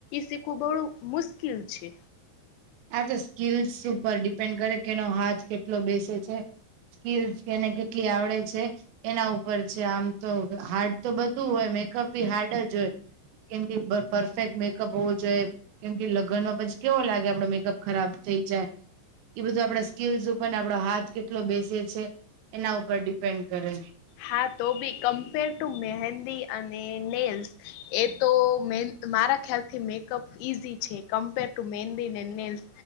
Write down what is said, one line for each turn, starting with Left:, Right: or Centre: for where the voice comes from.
Left: શીખવું થોડુ મુશ્કેલ છે
Right: આ તો સ્કીલસ ઉપર ડિપેન્ડ કરે કેનો હાથ કેટલો બેસે છે સ્કીલસ કે એને કેટલી આવડે છે એના ઉપર છે આમ તો હાર્ડ તો બધું હોય, મેકઅપ બી હાર્ડ જ હોય કેમ કે પરફેક્ટ મેકઅપ હોવો જોઈએ કેમ કે લગ્નમાં પછી કેવો લાગે આપડો મે ખરાબ થઈ જાય એ બધું આપડા સ્કીલ્સ ઉપર ને આપડો હાથ કેટલો બેસે છે એના ઉપર ડિપેન્ડ કરે
Left: હા, તો બી કમ્પેર ટુ મહેંદી અને નેલ્સ એ તો મે મારા ખ્યાલથી મેકઅપ ઈઝી છે કમ્પેર ટુ મેંદી એડ નેલ્સ